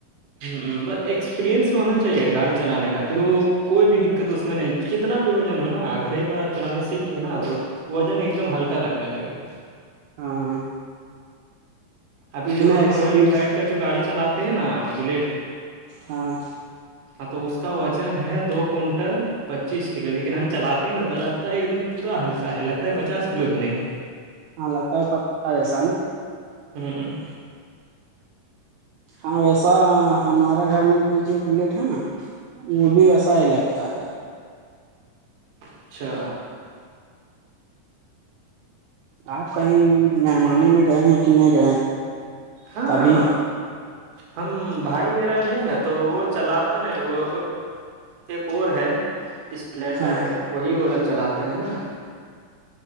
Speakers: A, on the right (about 55°); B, on the right (about 75°).
A: ہ بس ایکسپیرئنس ہونا چاہیے گاڑی چلانے کا پھر وہ کوئی بھی دقت اس میں نہیں کتنا بھی وجن ہو نا اگر ایک بار آپ چلانے سیکھ گئے نا تو وزن ایک دم ہلکا لگنے لگی گ
B: ہاں ہاں
A: ابھی جو ہم
B: ایکسپریئنس
A: رویل انفیلڈ کا جو گاڑی چلاتے ہیں نا بلیٹ
B: ہاں
A: ہاں تو اس کا وزن ہے دو کنٹل پچیس کلو لیکن ہم چلاتے ہیں نا تو لگتا ہے ایک دم پورا ہلکا ہے لگتا ہے پچاس کلو بھی نہیں ہے
B: ہاں لگتا ہے پتا ہےسا نا
A: ہوں
B: ہاں ویسا ہمارے گھر میں بھی جو بلیٹ ہے نا وہ بھی ویسا ہی لگتا ہے
A: اچھا
B: آپ کہیں مہمانے میں گئے ہیں کہ نہیں گئے ہیں
A: ہاں
B: ابھی
A: ہم بھائی میرا لیے ہے نا تو وہ چلاتا نا وہ ایک اور ہے اسپلنڈر
B: ہاں
A: ہے وہی اولا چلاتا ہے نا